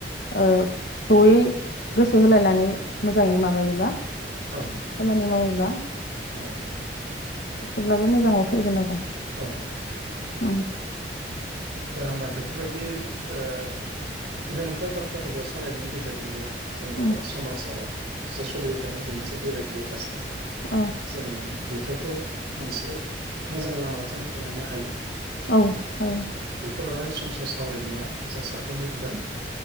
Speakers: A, on the left (about 60°); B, on the right (about 70°).
A: ओ जयै गोसो होलायनानै मोजाङै माबायोबा
B: औ
A: खामानि मावोब्ला
B: औ
A: एसेब्लाबो मोजाङाव फैगोन आरो
B: औ
A: उम
B: दा होमबा बेफोरबायदि जो ओ गोनांथार बाथ्राफोरखौ सावरायनायनि गेजेरजोंबो जों मालाबा
A: उम
B: समाजाव सोलिबाय थानाय जि मोनसे गुलाय गुजाय थासारि
A: औ
B: जों बेफोरखौ मोनसे मोजां लामाजों लांनो हायो
A: औ हायो
B: खौ लानानै सम सम सावरायनाया जों साफ्रोमबो बिबान